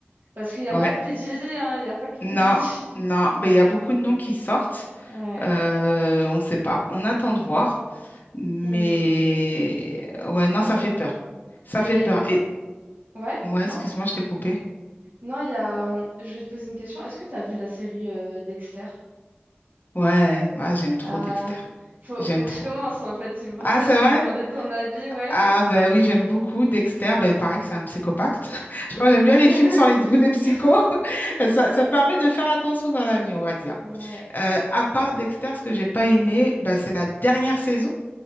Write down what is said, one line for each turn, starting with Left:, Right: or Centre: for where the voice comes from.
Right: parce qu'il n'y a
Left: ouais.
Right: pas que P. Diddy, hein, il n'y a pas que
Left: Non,
Right: P. Diddy.
Left: non,
Right: <laughs>
Left: mais il y a beaucoup de noms qui sortent.
Right: Ouais.
Left: Euh, on ne sait pas. On attend de voir. Mais
Right: Mm.
Left: ouais, non, ça fait peur. Ça
Right: Et
Left: fait peur. Et
Right: ouais,
Left: ouais,
Right: non,
Left: excuse-moi, je t'ai coupé.
Right: non, il y a. hum, Je vais te poser une question. Est-ce que tu as vu la série euh, Dexter?
Left: Ouais, bah j'aime trop
Right: Ah,
Left: Dexter.
Right: faut,
Left: J'aime
Right: faut que
Left: trop.
Right: je commence en fait. C'est pour
Left: Ah,
Right: ça
Left: c'est
Right: que je
Left: vrai?
Right: te demandais ton avis, ouais.
Left: Ah, ben oui, j'aime beaucoup Dexter. Ben, pareil que c'est un psychopathe. <laughs> Je crois que j'aime bien
Right: <laughs>
Left: les films sur les, les psychos. <laughs> Ça,
Right: Ouais,
Left: ça permet de faire attention dans la vie, on va dire.
Right: ouais.
Left: Euh, à part Dexter, ce que j'ai pas aimé, ben, c'est la dernière saison,